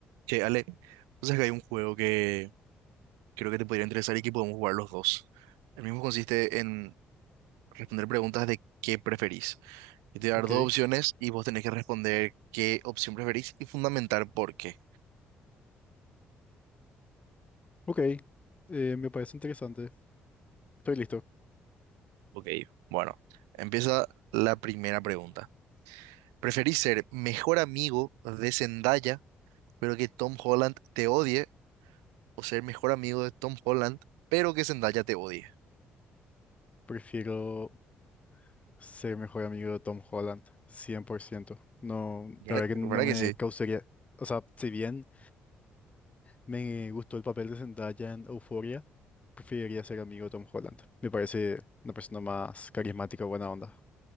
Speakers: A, on the right (about 85°); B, on the left (about 25°).
A: Che, Ale, o que hay un juego que creo que te podría interesar y que podemos jugar los dos. El mismo consiste en responder preguntas de qué preferís. Yo te voy a
B: Ok,
A: dar dos opciones y vos tenés que responder qué opción preferís y fundamentar por qué.
B: ok. Eh, me parece interesante. Estoy listo.
A: Ok, Bueno, empieza la primera pregunta. ¿Preferís ser mejor amigo de Zendaya, pero que Tom Holland te odie, o ser mejor amigo de Tom Holland, pero que Zendaya te odie?
B: Prefiero ser mejor amigo de Tom Holland, 100%. No,
A: ¿Verdad,
B: la verdad que
A: verdad
B: no me
A: que sí?
B: causaría... O sea, si bien me gustó el papel de Zendaya en Euphoria, preferiría ser amigo de Tom Holland. Me parece una persona más carismática, buena onda.